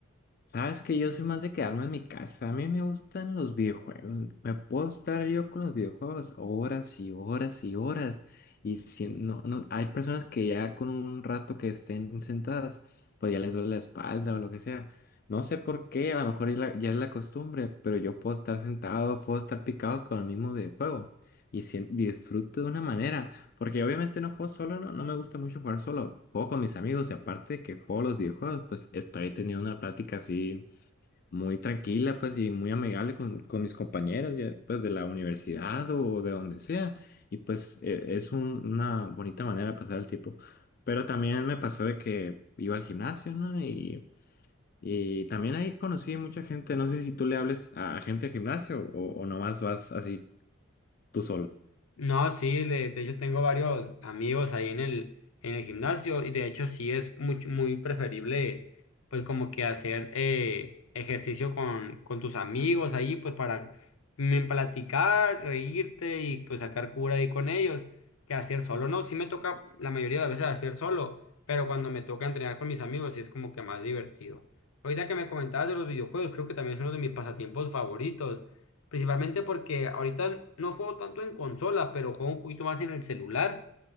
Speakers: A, on the left; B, on the left.
A: Sabes que yo soy más de quedarme en mi casa. A mí me gustan los videojuegos. Me puedo estar yo con los videojuegos horas y horas y horas. Y si no, no, hay personas que ya con un rato que estén sentadas, pues ya les duele la espalda o lo que sea. No sé por qué, a lo mejor ya, la- ya es la costumbre, pero yo puedo estar sentado, puedo estar picado con el mismo videojuego. Y si disfruto de una manera. Porque obviamente no juego solo, no, no me gusta mucho jugar solo. Juego con mis amigos y aparte que juego los videojuegos, pues estoy teniendo una plática así muy tranquila, pues y muy amigable con, con mis compañeros, ya, pues de la universidad o de donde sea. Y pues e- es un- una bonita manera de pasar el tiempo. Pero también me pasó de que iba al gimnasio, ¿no? Y, y también ahí conocí mucha gente. No sé si tú le hables a gente del gimnasio o, o nomás vas así tú solo.
B: No, sí, de, de hecho tengo varios amigos ahí en el, en el gimnasio y de hecho sí es mucho, muy preferible pues como que hacer eh, ejercicio con, con tus amigos ahí pues para mm, platicar, reírte y pues sacar cura ahí con ellos que hacer solo. No, sí me toca la mayoría de las veces hacer solo, pero cuando me toca entrenar con mis amigos sí es como que más divertido. Ahorita que me comentabas de los videojuegos, creo que también es uno de mis pasatiempos favoritos. Principalmente porque ahorita no juego tanto en consola, pero juego un poquito más en el celular